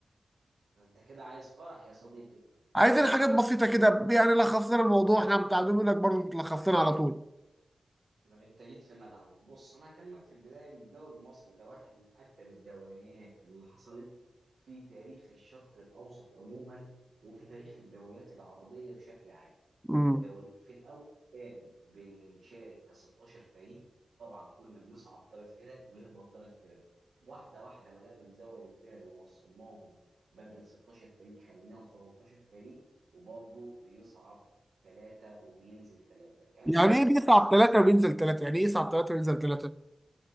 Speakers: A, on the right (about 85°); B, in the centre.
A: ده انت كده عايز فرح يا صديقي
B: عايزين حاجات بسيطة كده يعني لخص لنا الموضوع احنا متعلمين لك برضه لخصنا على طول
A: انت جيت في ملعبي بص انا هكلمك في البدايه ان الدوري المصري ده واحد من اقدم الدوريات اللي حصلت في تاريخ الشرق الاوسط عموما وفي تاريخ الدوريات العربيه بشكل عام
B: امم
A: الدوري في الاول كان بنشارك ك 16 فريق طبعا كنا بنصعد ثلاث فرق ويهبط ثلاث فرق واحده واحده بدانا نزود الفرق ووصلناهم بدل 16 فريق خليناهم 18 فريق وبرضه بيصعد ثلاثه وبينزل ثلاثه كانت
B: يعني
A: بتحصل
B: ايه بيصعد
A: استثناءات
B: ثلاثة وبينزل ثلاثة يعني ايه يصعد ثلاثة وينزل ثلاثة